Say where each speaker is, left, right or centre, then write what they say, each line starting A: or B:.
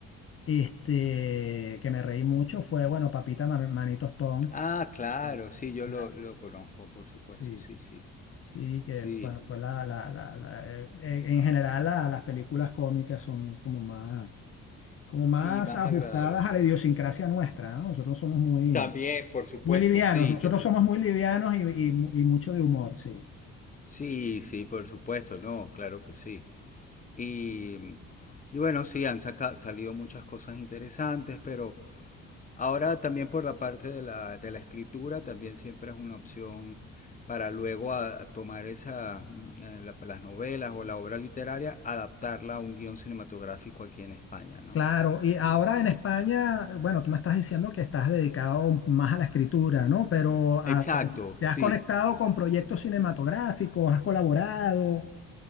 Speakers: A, on the left; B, on the left.
A: este, que me reí mucho, fue, bueno, Papita Ma- Manito Stone.
B: Ah, claro,
A: Sí.
B: sí, yo
A: La-
B: lo, lo conozco, por supuesto,
A: sí,
B: sí, sí,
A: sí, que
B: sí,
A: bueno, fue la, la, la, la- eh, eh, en general la- las películas cómicas son como más, como más
B: sí, más
A: ajustadas
B: agradable.
A: a la idiosincrasia nuestra, ¿no? Nosotros somos muy,
B: También, por supuesto,
A: muy livianos,
B: sí,
A: nosotros
B: que tiene-
A: somos muy livianos y, y, mu- y mucho de humor, sí.
B: Sí, sí, por supuesto, no, claro que sí. Y, mm, y bueno, sí, han saca- salido muchas cosas interesantes, pero ahora también por la parte de la, de la escritura también siempre es una opción para luego a- a tomar esas, mm, eh, la- las novelas o la obra literaria, adaptarla a un guión cinematográfico aquí en España, ¿no?
A: Claro, y ahora
B: Eh, sí.
A: en España, bueno, tú me estás diciendo que estás dedicado más a la escritura, ¿no? Pero
B: Exacto,
A: a- te te has
B: sí.
A: conectado con proyectos cinematográficos, has colaborado.